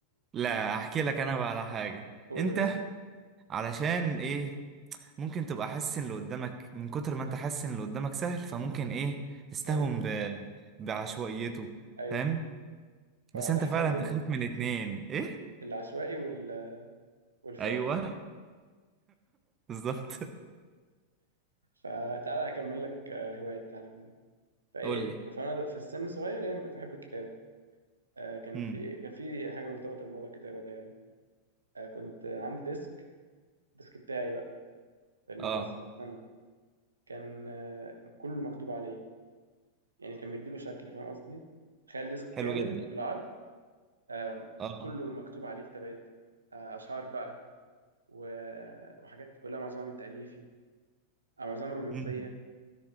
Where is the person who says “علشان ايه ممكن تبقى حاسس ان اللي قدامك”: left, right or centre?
Right